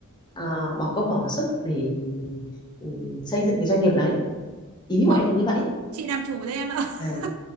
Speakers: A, on the left; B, on the right.
A: à, bỏ công bỏ sức để ừ, xây dựng cái doanh nghiệp đấy ý
B: không
A: của em là như vậy
B: chị làm chủ đây em ạ
A: à
B: <laughs>